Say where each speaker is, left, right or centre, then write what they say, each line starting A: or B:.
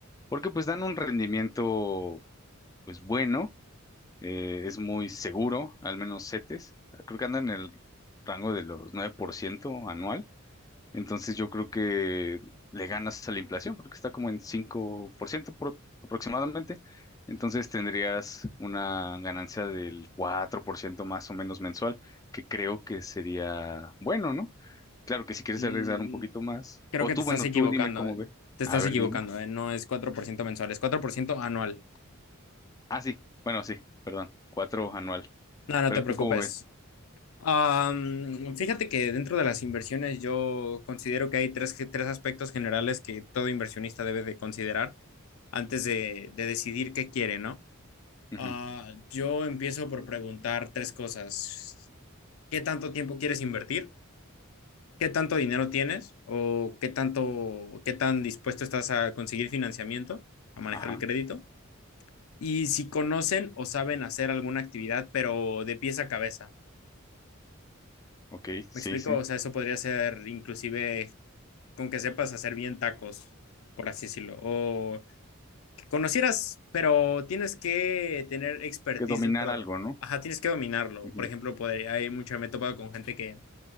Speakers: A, on the left (about 15°); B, on the left (about 80°).
A: porque pues dan un rendimiento pues bueno, eh, es muy seguro, al menos CETES, creo que andan en el rango de los 9% anual entonces yo creo que le ganas a la inflación porque está como en 5% pro- aproximadamente. Entonces tendrías una ganancia del 4% más o menos mensual, que creo que sería bueno, ¿no? Claro que si quieres
B: Mm,
A: arriesgar un poquito más.
B: creo
A: O
B: que
A: tú,
B: te estás
A: bueno,
B: equivocando.
A: tú dime cómo
B: eh.
A: ve.
B: Te estás
A: A ver,
B: equivocando,
A: dime.
B: ¿eh? No es 4% mensual, es 4% anual.
A: Ah, sí. Bueno, sí, perdón. Cuatro anual.
B: No, no
A: Pero
B: te
A: tú
B: preocupes.
A: cómo ves.
B: Am, fíjate que dentro de las inversiones yo considero que hay tres, que- tres aspectos generales que todo inversionista debe de considerar antes de, de decidir qué quiere, ¿no?
A: Ujú.
B: Ah, yo empiezo por preguntar tres cosas. ¿Qué tanto tiempo quieres invertir? ¿Qué tanto dinero tienes? ¿O qué tanto, qué tan dispuesto estás a conseguir financiamiento, a manejar
A: Ajá.
B: el crédito? Y si conocen o saben hacer alguna actividad, pero de pies a cabeza.
A: Ok, sí,
B: ¿Me explico?
A: sí.
B: O sea, eso podría ser inclusive con que sepas hacer bien tacos, por así decirlo, o que conocieras, pero tienes que tener expertise
A: Que dominar
B: dentro.
A: algo, ¿no?
B: Ajá, tienes que dominarlo.
A: Ujú.
B: Por ejemplo, podría, hay mucha, me he topado con gente que